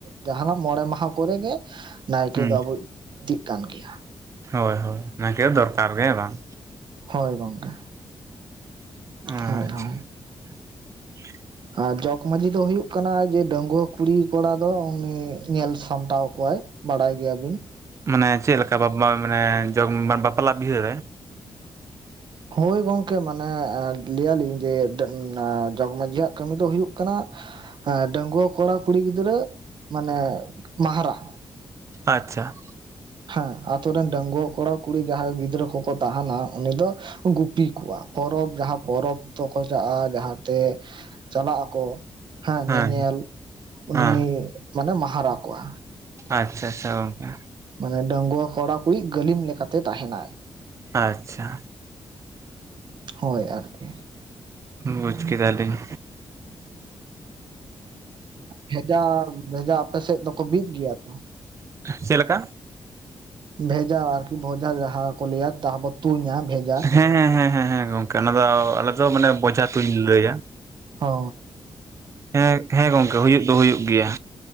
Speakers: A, on the right; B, on the right.
A: ᱡᱟᱦᱟᱸ ᱱᱟᱜ ᱢᱚᱸᱬᱮ ᱢᱟᱦᱟ ᱠᱚᱨᱮ ᱜᱮ ᱱᱟᱭᱠᱮ
B: ᱦᱳᱭ
A: ᱫᱚ ᱟᱵᱩᱭᱤᱡ ᱛᱤᱜ ᱠᱟᱱ ᱜᱮᱭᱟ᱾
B: ᱦᱳᱭ ᱦᱳᱭ ᱱᱟᱭᱠᱮ ᱫᱚ ᱫᱚᱨᱠᱟᱨ ᱜᱮ ᱦᱮᱸ ᱵᱟᱝ᱾
A: ᱦᱳᱭ ᱜᱚᱝᱠᱮ
B: ᱟᱪᱪᱷᱟ
A: ᱦᱚᱭ ᱦᱚᱭ᱾
B: <unintelligible>
A: ᱟᱨ ᱡᱚᱜᱽ ᱢᱟᱺᱡᱷᱤ ᱫᱚ ᱦᱩᱭᱩᱜ ᱠᱟᱱᱟ ᱡᱮ ᱰᱟᱺᱜᱽᱣᱟᱹ ᱠᱩᱲᱤ ᱠᱚᱲᱟ ᱫᱚ ᱩᱱᱤᱭ ᱧᱮᱞ ᱥᱟᱢᱴᱟᱣ ᱠᱚᱣᱟᱭ ᱵᱟᱲᱟᱭ ᱜᱮᱭᱟ ᱵᱤᱱ᱾
B: ᱢᱟᱱᱮ ᱪᱮᱜ ᱞᱮᱠᱟ ᱵᱟᱯ ᱵᱟ ᱢᱟᱱᱮ ᱡᱚᱜᱽ ᱢᱟ ᱵᱟᱯᱞᱟ ᱵᱤᱦᱟᱹ ᱨᱮ᱾
A: ᱦᱳᱭ ᱜᱚᱝᱠᱮ ᱢᱟᱱᱮ ᱮᱸᱻ ᱞᱟᱹᱭᱟ ᱞᱤᱧ ᱡᱮ ᱰᱮᱱ ᱟᱸ ᱡᱚᱜᱽ ᱢᱟᱺᱡᱷᱤᱭᱟᱜ ᱠᱟᱹᱢᱤ ᱫᱚ ᱦᱩᱭᱩᱜ ᱠᱟᱱᱟ ᱦᱮᱸ‌ ᱰᱟᱺᱜᱽᱣᱟᱹ ᱠᱚᱲᱟ ᱠᱩᱲᱤ ᱜᱤᱫᱽᱨᱟᱹ ᱢᱟᱱᱮ ᱢᱟᱦᱟᱨᱟ᱾
B: ᱟᱪᱪᱷᱟ᱾
A: ᱦᱮᱸ ᱟᱛᱳ ᱨᱮᱱ ᱰᱟᱹᱜᱽᱣᱟᱹ ᱠᱚᱲᱟ ᱠᱩᱲᱤ ᱡᱟᱦᱟᱸᱭ ᱜᱤᱫᱽᱨᱟᱹ ᱠᱚᱠᱚ ᱛᱟᱦᱮᱱᱟ ᱩᱱᱤ ᱫᱚ ᱜᱩᱯᱤ ᱠᱚᱣᱟ ᱯᱚᱨᱚᱵᱽ ᱡᱟᱦᱟᱸ ᱯᱚᱨᱚᱵᱽ ᱛᱚᱠᱚ ᱪᱟᱜ-ᱟ ᱡᱟᱦᱟᱸ ᱛᱮ ᱪᱟᱞᱟᱜ ᱟᱠᱚ ᱦᱟᱜ
B: ᱦᱮᱸ
A: ᱧᱮᱧᱮᱞ ᱩᱱᱤᱭ
B: ᱦᱮᱸ
A: ᱢᱟᱱᱮ ᱢᱟᱦᱟᱨᱟ ᱠᱚᱣᱟ᱾
B: ᱟᱪᱪᱷᱟ ᱟᱪᱷᱟ ᱜᱚᱝᱠᱮ᱾
A: ᱢᱟᱱᱮ ᱰᱟᱝᱣᱟᱹ ᱠᱚᱲᱟ ᱠᱩᱲᱤ ᱠᱚᱭᱤᱡ ᱜᱟᱹᱞᱤᱢ ᱞᱮᱠ ᱠᱟᱛᱮ ᱛᱟᱦᱮᱱᱟᱭ
B: ᱟᱪᱪᱷᱟ
A: ᱦᱳᱭ ᱟᱨᱠᱤ᱾
B: ᱵᱩᱪ ᱠᱮᱫᱟ ᱞᱤᱧ
A: ᱵᱷᱮᱡᱟ ᱵᱷᱮᱡᱟ ᱟᱯᱮ ᱥᱮᱜ ᱫᱚᱠᱚ ᱵᱤᱫ ᱜᱮᱭᱟ ᱛᱚ?
B: ᱪᱮᱜ ᱞᱮᱠᱟ?
A: ᱵᱷᱮᱡᱟ ᱟᱨᱠᱤ ᱵᱷᱚᱡᱟ ᱡᱟᱦᱟᱸ ᱠᱚ ᱞᱟᱹᱭᱟ ᱛᱟᱦᱟ ᱵᱚ ᱛᱩᱧᱟ᱾ ᱵᱷᱮᱡᱟ
B: ᱦᱮᱸ ᱦᱮᱸ ᱦᱮᱸ ᱦᱮᱸ ᱜᱚᱝᱠᱮ ᱚᱱᱟ ᱫᱚ ᱟᱞᱮ ᱫᱚ ᱢᱟᱱᱮ ᱵᱚᱡᱷᱟ ᱛᱩᱧ ᱞᱟᱹᱭᱟ᱾
A: ᱦᱳ
B: ᱦᱮᱜ ᱦᱮᱸ ᱜᱚᱝᱠᱮ ᱦᱩᱭᱩᱜ ᱫᱚ ᱦᱩᱭᱩᱜ ᱜᱮᱭᱟ᱾